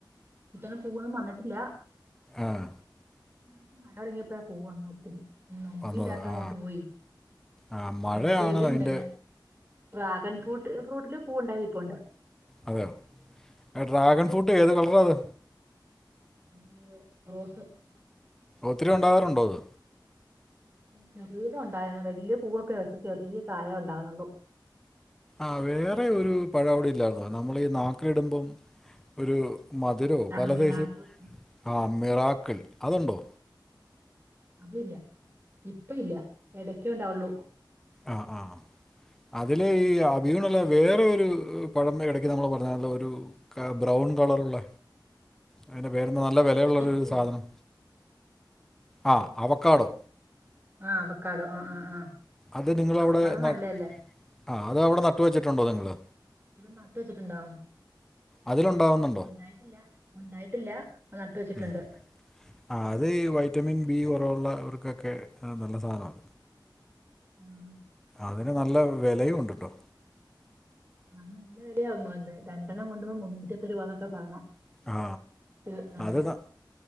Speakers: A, on the right; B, in the centre.
A: ഇത്തവണ പൂവൊന്നും വന്നിട്ടില്ല
B: ആഹ്
A: കഴിഞ്ഞ പ്രാവശ്യം മഴ തുടങ്ങിയപ്പോയാ പൂവൊന്നുഇട്ടത് <unintelligible>
B: വന്നത്
A: അങ്ങോട്ട്
B: ആ
A: പോയി
B: ആ മഴയാണ്
A: മറ്റേ ഇതുണ്ടന്ന്.
B: അതിൻ്റെ
A: ഡ്രാഗൺ ഫ്രൂട്ട് ഫ്രൂട്ടില് പൂവ് ഉണ്ടായി നിപ്പുണ്ട്.
B: അതെയോ. ഡ്രാഗൺ ഫ്രൂട്ട് ഏത് കളറാ അത്
A: <unintelligible> റോസ്
B: ഒത്തിരി ഉണ്ടാകാറുണ്ടോ അത്?
A: ചെറുതാ ഉണ്ടായിരുന്ന. വലിയ പൂവൊക്കെ വെച്ച് ചെറിയ കായ ഉണ്ടാവുന്നുള്ളു.
B: ആ വേറെ ഒരു പഴം അവിടി ഇല്ലായിരുന്നോ നമ്മൾ ഈ നാക്കെ ഇടുമ്പം ഒരു മധുരോ
A: ആ
B: പല
A: മിറാക്കിള്
B: സൈസിൽ ആ മിറാക്കിൽ അതുണ്ടോ?
A: അതില്ല. ഇപ്പ ഇല്ല. ഇടക്കെ ഉണ്ടാവുള്ളൂ.
B: ആ ആ അതില് ഈ അഭീണല്ല. വേറെ ഒരു പഴം ഇടക്ക് നമ്മൾ പറഞ്ഞല്ലോ. ഒരു ബ്രൗൺ കളറുള്ള അതിന്റെ പേരിന്ന. നല്ല വെലയുള്ളൊരു
A: ചിക്കുവോ
B: സാധനം. ആ അവക്കാടോ.
A: ആ അവക്കാഡോ. ആഹ് ആഹ് ആഹ്
B: അത് നിങ്ങളവിടെ
A: അവക്കാഡോ നല്ലലല്ലേ.
B: ആ അത് അവെടെ നട്ടുവെച്ചിട്ടുണ്ടോ നിങ്ങള്.
A: ഇവിടെ നട്ട് വെച്ചിട്ടുണ്ടോ
B: അതിലുണ്ടാവുന്നോണ്ടോ?
A: ഒണ്ടായിട്ടില്ല. ഒണ്ടായിട്ടില്ല. നട്ട് വെച്ചിട്ടൊണ്ട്.
B: ഉം. ആ അത് ഈ വൈറ്റമിൻ ബി കൊറവുള്ളവർക്കൊക്കെ നല്ല സാധനാവ.
A: ആം.
B: അതിന് നല്ല വെലയുണ്ടല്ലോ.
A: അത് നല്ല വെലയാമ്പോ തോന്നെ. രണ്ടെണ്ണം കൊണ്ടു പോ മുന്നൂറ്റിമൂപ്പത് രൂപന്നൊക്കെ പറയണേ.
B: ആ
A: ഇത് ആ
B: അത് ന-